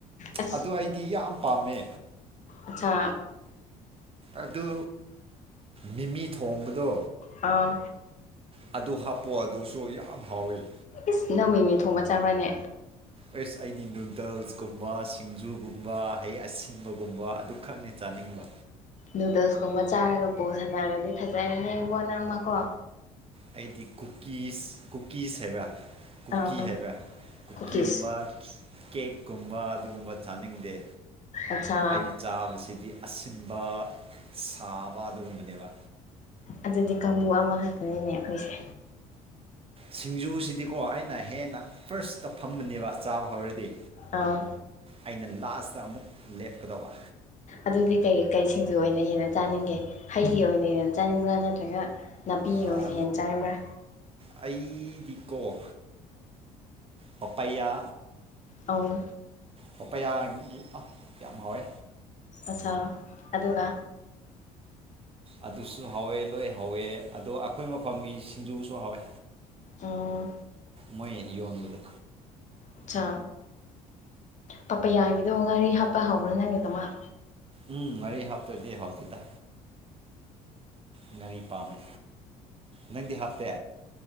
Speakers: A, on the left; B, on the right.
A: ꯑꯁ
B: ꯑꯗꯨ ꯑꯩꯗꯤ ꯌꯥꯝ ꯄꯥꯝꯃꯦ
A: ꯑꯠꯆꯥ
B: ꯑꯗꯨ ꯃꯤꯃꯤ ꯊꯣꯡꯕꯗꯣ
A: ꯑꯥ
B: ꯑꯗꯨ ꯍꯥꯞꯄꯣ ꯑꯗꯨꯁꯨ ꯌꯥꯝ ꯍꯥꯎꯋꯤ
A: ꯏꯁ ꯅꯪꯃꯤꯃꯤ ꯊꯣꯡꯕ ꯆꯥꯕꯔꯥꯅꯦ
B: ꯑꯦꯁ ꯑꯩꯗꯤ ꯅꯨꯗꯜꯁꯀꯨꯝꯕ ꯁꯤꯡꯖꯨꯒꯨꯝꯕ ꯍꯩ ꯑꯁꯤꯟꯕꯒꯨꯝꯕ ꯑꯗꯨ ꯈꯛꯅꯤ ꯆꯥꯅꯤꯡꯕ
A: ꯅꯨꯗꯜꯁꯀꯨꯝꯕ ꯆꯥꯔꯒ ꯕꯣꯜ ꯄꯨꯁꯥꯟꯅꯔꯗꯤ ꯐꯖꯔꯅꯥ ꯕꯣ ꯅꯪꯃꯀꯣ
B: ꯑꯩꯗꯤ ꯀꯨꯀꯤꯁ ꯀꯨꯀꯤꯁ ꯍꯥꯏꯕ꯭ꯔꯥ ꯀꯨꯀꯤ
A: ꯑꯥ
B: ꯍꯥꯏꯕ ꯀꯨꯀꯤꯒꯨꯝꯕ
A: ꯀꯨꯀꯤꯁ
B: ꯀꯦꯛꯀꯨꯝꯕ ꯑꯗꯨꯒꯨꯝꯕ ꯆꯥꯅꯤꯡꯗꯦ
A: ꯑꯆꯥ
B: ꯑꯩꯅ ꯆꯥꯕꯁꯤꯗꯤ ꯑꯁꯤꯟꯕ ꯁꯥꯕ ꯑꯗꯨꯒꯨꯝꯕꯅꯦꯕ
A: ꯑꯗꯨꯗꯤ ꯀꯥꯡꯕꯨ ꯑꯃꯈꯛꯇꯅꯤꯅꯦ ꯑꯩꯈꯣꯏꯁꯦ
B: ꯁꯤꯡꯖꯨꯁꯤꯗꯤꯀꯣ ꯑꯩꯅ ꯍꯦꯟꯅ ꯐꯥꯔꯁꯇ ꯐꯝꯕꯅꯦꯕ ꯆꯥꯕ ꯍꯧꯔꯗꯤ
A: ꯑꯥ
B: ꯑꯩꯅ ꯂꯥꯁꯇ ꯑꯃꯨꯛ ꯂꯦꯞꯀꯗꯧꯕ
A: ꯑꯗꯨꯗꯤ ꯀꯩꯀꯩ ꯁꯤꯡꯗꯨ ꯑꯣꯏꯅ ꯍꯦꯟꯅ ꯆꯥꯅꯤꯡꯒꯦ ꯍꯩꯒꯤ ꯑꯣꯏꯅ ꯍꯦꯟꯅ ꯆꯥꯅꯤꯡꯕ꯭ꯔꯥ ꯅꯠꯇ꯭ꯔꯒ ꯅꯥꯄꯤ
B: ꯑꯁ
A: ꯑꯣꯏꯅ ꯍꯦꯟ ꯆꯥꯏꯔꯕ꯭ꯔꯥ
B: ꯑꯩꯗꯤꯀꯣ ꯄꯞꯄꯩꯌꯥ
A: ꯑ
B: ꯄꯥꯄꯌꯥꯒꯤ ꯑ ꯌꯥꯝ ꯍꯥꯎꯋꯦ
A: ꯑꯆꯥ ꯑꯗꯨꯒ
B: ꯑꯗꯨꯁꯨ ꯍꯥꯎꯋꯦ ꯂꯣꯏ ꯍꯥꯎꯋꯦ ꯑꯗꯣ ꯑꯩꯈꯣꯏ ꯃꯐꯝꯒꯤ ꯁꯤꯡꯖꯨꯁꯨ ꯍꯥꯎꯋꯦ
A: ꯑꯥ
B: ꯃꯣꯏ ꯌꯣꯟꯕꯗꯣ
A: ꯑꯠꯆꯥ ꯄꯄ ꯌꯥꯒꯤꯗꯣ ꯉꯥꯔꯤ ꯍꯥꯞꯄ ꯍꯧꯕ꯭ꯔꯥ ꯅꯪꯒꯤ ꯀꯃꯥꯏ
B: ꯎꯝ ꯉꯔꯤ ꯍꯥꯞꯇꯔꯥꯗꯥ ꯍꯥꯎꯇꯦꯗ ꯉꯥꯔꯤ ꯄꯥꯝꯃꯤ ꯅꯪꯗꯤ ꯍꯥꯞꯇꯦ